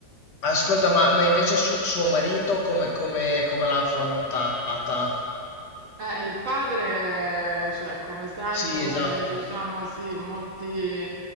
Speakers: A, on the left (about 65°); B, on the right (about 55°).
A: ascolta, ma, ma invece su- suo marito come, come, come l'ha affrontata?
B: Eh, il padre, cioè, come sai,
A: Sì,
B: come
A: esatto,
B: diciamo, sì, molti,